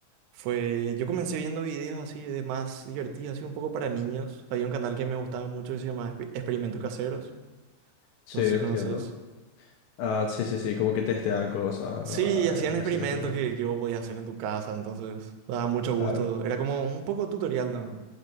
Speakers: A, on the right; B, on the left.
A: fue, yo comencé viendo videos así de más divertidos, así un poco para niños. Había un canal que me gustaba mucho que se llamaba Exper- Experimentos Caseros,
B: Sí,
A: no
B: entiendo.
A: sé si conoces.
B: Ah, sí, sí, sí, como que testean cosas,
A: Sí,
B: ¿verdad?
A: hacían
B: Y hacen
A: experimentos
B: experimentos.
A: que, que vos podías hacer en tu casa, entonces daba mucho gusto.
B: Claro,
A: Era como un poco tutorial, ¿no?